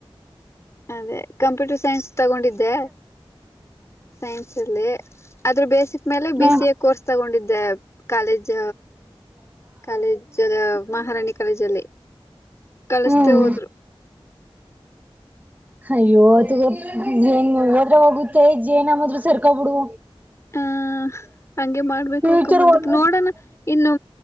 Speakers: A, on the left (about 30°); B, on the right (about 15°).
A: ಅದೇ ಕಂಪ್ಯೂಟರ್ ಸೈನ್ಸ್ ತಗೊಂಡಿದ್ದೆ ಸೈನ್ಸ್ ಅಲ್ಲಿ ಆದ್ರ ಬೇಸಿಕ್ ಮೇಲೆ ಬಿ
B: ಹ್ಮ
A: ಸಿ ಎ ಕೋರ್ಸ್ ತಗೊಂಡಿದ್ದೆ ಕಾಲೇಜ್ ಕಾಲೇಜ ಮಹಾರಾಣಿ ಕಾಲೇಜ ಅಲ್ಲಿ ಕಳಿಸತೇ
B: ಹ್ಮ್
A: ಹೋದ್ರು
B: ಅಯ್ಯವತ್ತುಗ ಏನ್ ಹೋದ್ರ ಹೋಗುತ್ತೆ ಜಏನಮ್ಮದ್ ಸರ್ಕೊ ಬಿಡು
A: ಹ ಹಂಗೆ ಮಾಡ್ಬೇಕು
B: ಫ್ಯೂಚರ್
A: ಅಕ್ಕ ಮುಂದಕ್ಕೆ
B: ಒಳ್ಳೆ
A: ನೋಡೋಣ ಇನ್ನು